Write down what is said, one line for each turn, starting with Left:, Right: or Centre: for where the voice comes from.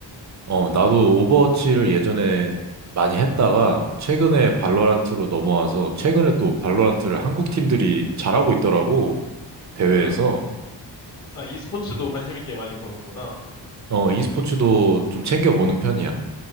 Right: 어, 나도 오버워치를 예전에 많이 했다가 최근에 발로란트로 넘어와서 최근에 또 발로란트를 한국 팀들이 잘하고 있더라고. 대회에서
Left: 아, 아, e스포츠도 관심 있게 많이 보는구나.
Right: 어, e스포츠도 좀 챙겨보는 편이야.